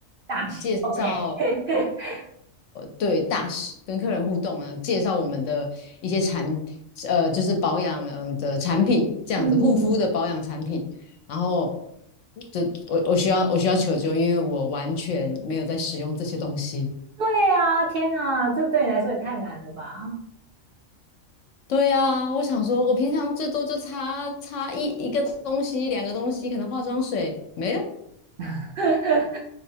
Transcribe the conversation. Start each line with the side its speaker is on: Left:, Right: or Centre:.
Right: 大学
Left: 介绍
Right: OK，<laughs>
Left: 对大使跟客人互动啊，介绍我们的一些产呃，就是保养嗯的产品，这样子护肤的保养产品。
Right: 嗯，
Left: 然后就我我需要我需要求救，因为我完全没有在使用这些东西。
Right: 对啊，天啊，这对你来说也太难了吧？
Left: 对啊，我想说，我平常最多就擦擦一一个东西、两个东西，可能化妆水没了
Right: <laughs>